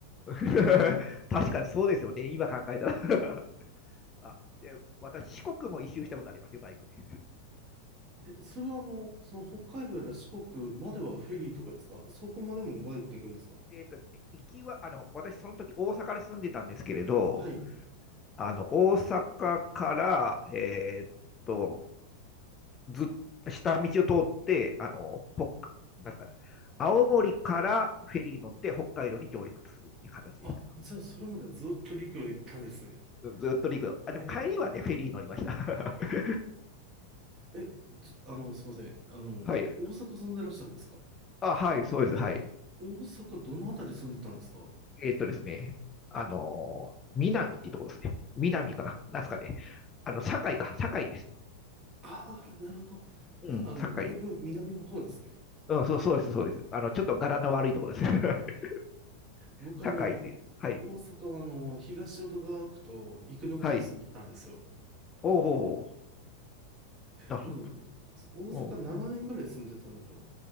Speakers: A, on the left; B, on the right.
A: <laughs> 確かにそうですよね。今考えたら <laughs> あ、で、私、四国も一周したことありますよ、バイクで。
B: え、それはあの、その北海道やら四国まではフェリーとかですかそこまでもバイクで行くんですか
A: えっとですね、行きは、あの、私、その時大阪で住んでたんですけれど、
B: はい。
A: あの、大阪から、えーっと、ずっと下道を通って、あの、北、なんすかね、青森からフェリーに乗って北海道に上陸するっていう形でした。
B: あ、じゃあそれまではずっと陸路行ったんですね。
A: ずっと陸路。
B: へ
A: あ、でも帰りはね、
B: え。
A: フェリー乗りました。<laughs>
B: え、ちょ、あの、すいません。あの、
A: はい。
B: 大阪住んでらっしゃるんですか
A: あ、はい、そうです。はい。
B: 大阪どのあたり住んでたんですか
A: えーっとですね、あのー、南っていうところですね。南かな。なんですかね。あの、堺か。堺です。
B: ああー、なるほど。
A: うん、
B: じゃあ、あの、
A: 堺。
B: だいぶ南の方ですね。
A: うん、そう、そうです、そうです。あの、ちょっと柄の悪いところですね。<laughs>
B: 僕、
A: 堺という。
B: あの、
A: はい。
B: 大阪は、あの、東淀川区と生野区に住んでたんですよ。
A: はい。おうほうほう。なるほ
B: なので、大阪7年ぐらい住んでたのかな
A: ど。